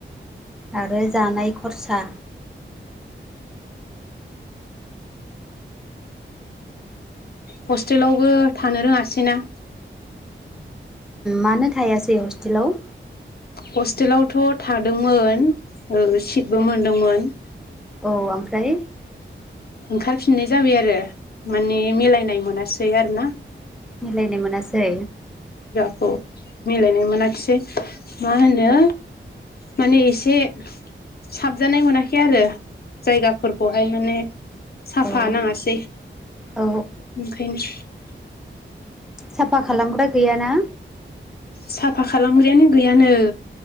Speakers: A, in the centre; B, on the left.
A: आरो जानाय खरसा।
B: हस्टेलावबो थानो रोङासै ना।
A: मानो थायासै हस्टेलाव?
B: हस्टेलावथ' थादोंमोन ओ सिटबो मोनदोंमोन।
A: औ ओमफ्राय?
B: ओंखारफिननाय जाबाय आरो माने मिलायनाय मोनासै। आरो ना?
A: मिलायनो मोनासै?
B: अ मिलायनाय मोनाखिसै। मा होनो माने एसे साबजानाय मोनाखै आरो जायगाफोरखौहाय माने साफा
A: औ
B: नाङासै
A: औ
B: ओंखायनो।
A: साफा खालामग्रा गैयाना?
B: साफा खालामग्रायानो गैयानो